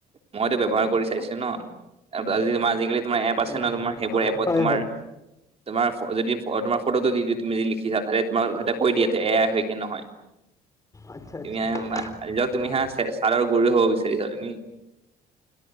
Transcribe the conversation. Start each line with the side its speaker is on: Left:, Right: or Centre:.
Right: মইতো ব্যৱহাৰ কৰি চাইছোঁ। অ আজিকালি মই আজিকালি তোমাৰ এপ আছে
Left: নহয়
Right: ন তোমাৰ, সেইবোৰ
Left: অঁ
Right: এপত
Left: হয়
Right: তোমাৰ
Left: হয়
Right: তোমাৰ ফ যদি ফ তোমাৰ ফটোতো দি দিয়ে, তুমি দেখিছাঁ তাতে তোমাৰ তাতে কৈ দিয়া এ আই হয় কি নহয়।
Left: আচ্ছা আচ্ছা
Right: তুমি <unintelligible> তুমি
Left: অঁ
Right: হা ছাৰৰ গুৰু হ'ব বিচাৰিছা তুমি।